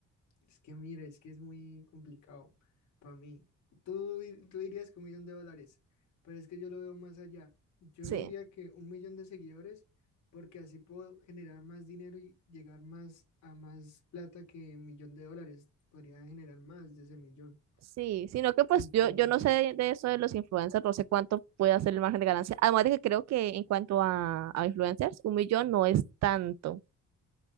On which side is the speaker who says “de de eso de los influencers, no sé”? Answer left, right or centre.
Right